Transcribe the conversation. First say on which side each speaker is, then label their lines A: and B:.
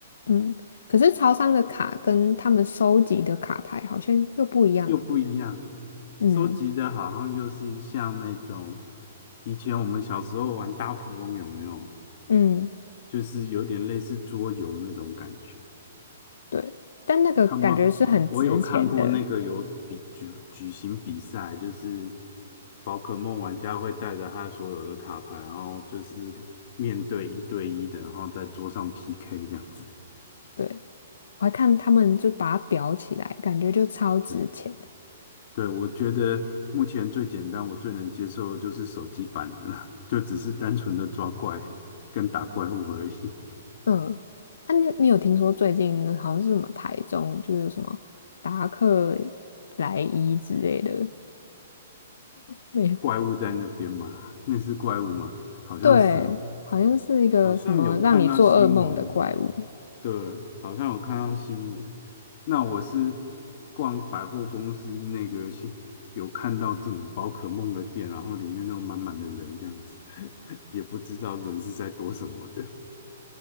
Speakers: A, on the left; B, on the left.
A: 嗯。可是超商的卡跟他们收集的卡牌好像又不一样。
B: 又不一样。
A: 嗯
B: 收集的好像又是像那种以前我们小时候玩大富翁，有没有？
A: 嗯。
B: 就是有点类似桌游那种感觉。
A: 对，但那个感觉是很值钱的，
B: 他们我有看过那个有比举举行比赛，就是宝可梦玩家会带着他所有的卡牌，然后就是面对一对一的，然后在桌上 PK 这样子。
A: 对，我还看他们就把它裱起来，感觉就超值钱的。
B: 对。对，我觉得目前最简单，我最能接受的就是手机版的了，<laughs> 就只是单纯的抓怪跟打怪物而已。<laughs>
A: 嗯，啊，你你有听说最近好像是什么台中就是什么达克莱伊之类的没有？
B: 怪物在那边吗？那是怪物吗？好像是哦，
A: 对，好像是一个什么让你做噩梦的怪物。
B: 好像有看到新闻，对，好像有看到新闻。那我是逛百货公司那个新，有看到这种宝可梦的店，然后里面都满满的人这样子，<laughs> 也不知道人是在躲什么的。